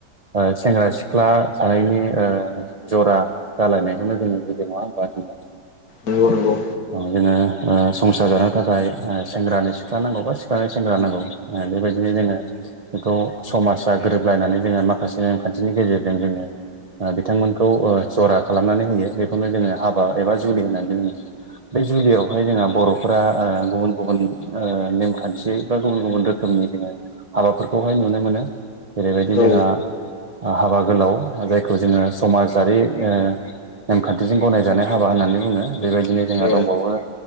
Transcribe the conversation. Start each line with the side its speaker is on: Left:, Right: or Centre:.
Right: ओ सेंग्रा सिख्ला सानैनि ओ जरा जालायनायखौनो जोङो बुजियो नङा होमबा नोंथां
Left: नंगौ नंगौ
Right: औ जोङो। ओ संसार जानो थाखाय ओ सेंग्रानो सिख्ला नांगौ बा सिख्लानो सेंग्रा नांगौ ओ बेबायदिनो जोङो बेखौ समाजा गोरोबलायनानै जोङो माखासे नेमखान्थिनि गेजेरजों जोङो ओ बिथांमोनखौ ओ जरा खालामनानै होयो बेखौनो जोङो हाबा एबा जुलि होननानै बुङो। बे जुलियाव बेवहाय जोंहा बर'फोरा ओ गुबुन गुबुन ओ नेमखान्थियै बा गुबुन गुबुन रोखोमनि जोङो हाबाफोरखौहाय नुनो मोनो जेरैबायदि
Left: औ
Right: जोंहा हाबा गोलाव जायख खौ जोङो समाजारि ओ नेमखान्थिजों गनायजानाय हाबा होननानै बुङो। बेबायदिनो जोंहा
Left: औ
Right: दंबावो